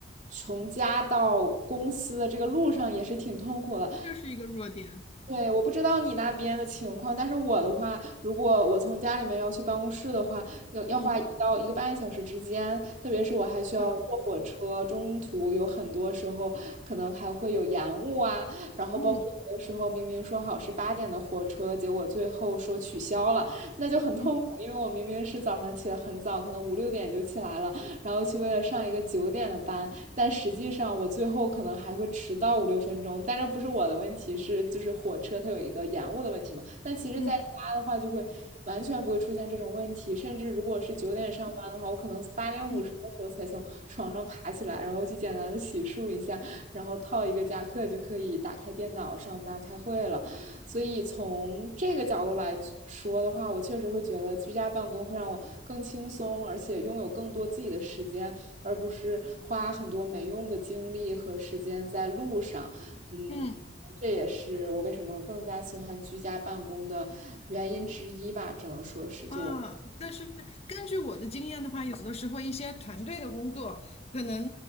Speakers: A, on the right; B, on the left.
A: 从家到公司的这个路上也是挺痛苦的。
B: 这是一个弱点。
A: 对，我不知道你那边的情况，但是我的话，如果我从家里面要去办公室的话，要要花一到一个半小时之间，
B: 嗯
A: 特别是我还需要坐火车，
B: 啊，
A: 中途有很多时候可能还会有延误啊，然后包括有的时候明明说好是八点的火车，
B: 嗯
A: 结果最后说取消了，那就很痛苦，
B: 嗯
A: 因为我明明是早上起得很早，可能五六点就起来了，然后去为了上一个九点的班，但实际上我最后可能还会迟到五六分钟，但这不是我的问题，是就是火车它有一个延误的问题嘛。但其实在家的话，
B: 嗯
A: 就会完全不会出现这种问题，甚至如果是九点上班的话，我可能八点五十的时候才从床上爬起来，
B: 嗯
A: 然后去简单的洗漱一下，然后套一个夹克就可以打开电脑上班开会了。所以从这个角度来说的话，我确实会觉得居家办公会让我更轻松，而且拥有更多自己的时间而不是花很多没用的精力和时间在路上。嗯，
B: 嗯。
A: 这也是我为什么更加喜欢居家办公的原因之一吧，只能说是就我
B: 啊，但是根据我的经验的话，有的时候一些团队的工作，可能